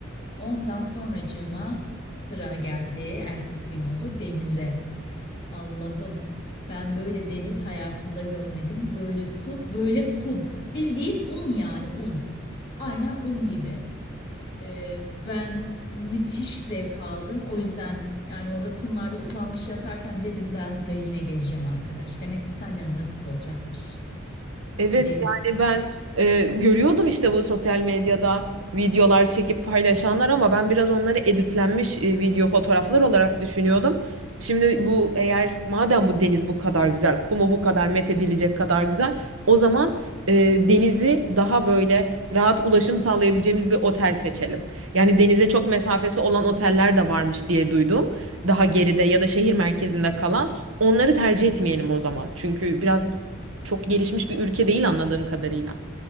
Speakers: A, on the left; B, on the right.
A: Ondan sonracığıma sıra geldi. Ertesi gün oldu denize. Allah'ım ben böyle deniz hayatımda görmedim. Böyle su, böyle kum. Bildiğin un yani un. Aynen un gibi. Ee, ben müthiş zevk aldım. O yüzden yani orada kumlarda uzanmış yatarken dedim ben buraya yine geleceğim arkadaş. Demek ki senden nasip olacakmış.
B: Evet
A: Gidelim.
B: yani ben e, görüyordum işte bu sosyal medyada videolar çekip paylaşanlar ama ben biraz onları editlenmiş e, video fotoğraflar olarak düşünüyordum. Şimdi bu eğer madem bu deniz bu kadar güzel, kumu bu kadar methedilecek kadar güzel, o zaman e, denizi daha böyle rahat ulaşım sağlayabileceğimiz bir otel seçelim. Yani denize çok mesafesi olan oteller de varmış diye duydum. Daha geride ya da şehir merkezinde kalan onları tercih etmeyelim o zaman. Çünkü biraz çok gelişmiş bir ülke değil anladığım kadarıyla.